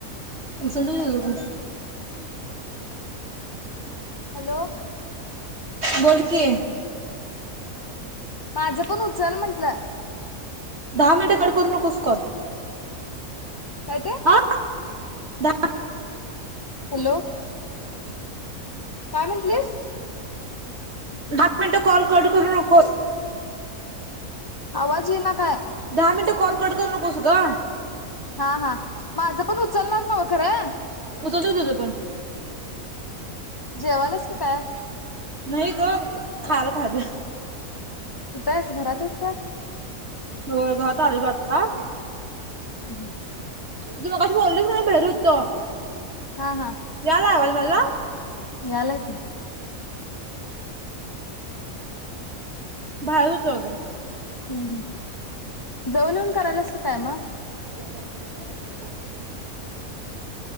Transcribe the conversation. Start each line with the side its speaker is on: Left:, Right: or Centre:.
Right: उचल देऊ त्याचा फोन.
Left: हॅलो.
Right: बोल की.
Left: माझं पण उचल म्हटलं.
Right: दहा मिनिटं कट करू नकोस कॉल.
Left: काय ते?
Right: हा दहा
Left: हॅलो? काय म्हटंलीस?
Right: दहा मिनटं कॉल कट करू नकोस.
Left: आवाज ईना काय?
Right: दहा मिनिटं कॉल कट करू नकोस गं
Left: हा... हा. माझं पण उचलणार नव्ह खरं?
Right: उचलतो तुझं पण
Left: जेवाल्यास का काय?
Right: नाही गं खाल खाले
Left: कुठे आहेस? घरात आहेस का?
Right: होय घरात आलो बघ आत्ता
Left: <inaudible>
Right: तू मगाशी बोललीच नाही, बाहेर होतो.
Left: हा हा
Right: याला आवाज मला?
Left: यालाय की
Right: बाहेर होतो आ गं
Left: हं हं, जाऊन येऊन करायलीस की काय मग...
Right: <unintelligible>